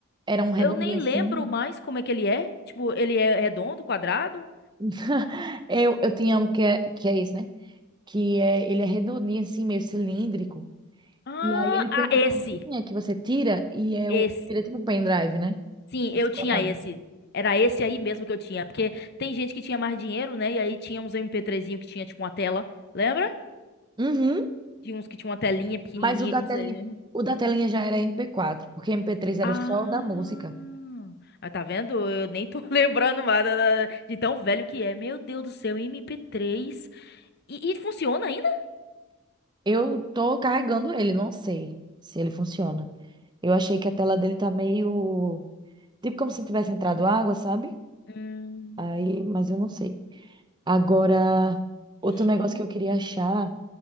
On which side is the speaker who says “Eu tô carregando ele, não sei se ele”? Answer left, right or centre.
Right